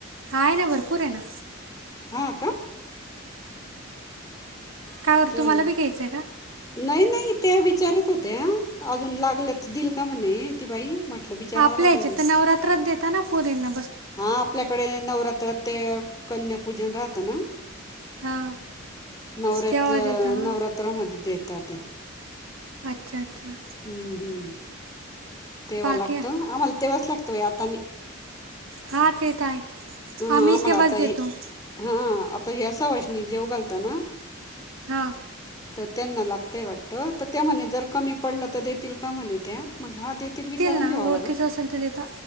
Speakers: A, on the right (about 80°); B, on the left (about 15°).
A: आहे ना भरपूर आहे ना.
B: हां का.
A: कायवर
B: त्याला
A: तुम्हाला बी घ्यायचंय.
B: नाही नाही त्या विचारत होत्या अजून लागल्या तर दिल का म्हणे ती बाई. म्हटलं विचारावं
A: आपल्या
B: लागेल
A: याचे
B: बाई
A: तर नवरात्रात देता ना पोरींना.
B: हां आपल्याकडे नवरात्रात ते कन्यापूजन राहतं ना.
A: हां
B: नवरात्र
A: तेव्हा देता हां
B: नवरात्रामध्ये देतात ते.
A: अच्छा! अच्छा!
B: हम्म हम्म तेव्हा
A: बाकी
B: लागतं आम्हाला तेव्हाच लागत बाई आता नाही.
A: हां तेेतर आहे
B: हां
A: आम्ही
B: आम्हाला
A: इथे वस
B: आता
A: देतो.
B: हे हां आता या सावाषणी जेवु घालता ना.
A: हां.
B: तर त्यांना लागतंय वाटतं तर त्या म्हणे जर कमी पडलं तर देतील का म्हणे त्या. म्हंटलं हा देतील विचारून
A: ना
B: घ्यावा
A: ओळखीचं
B: लागल.
A: असेल तर देता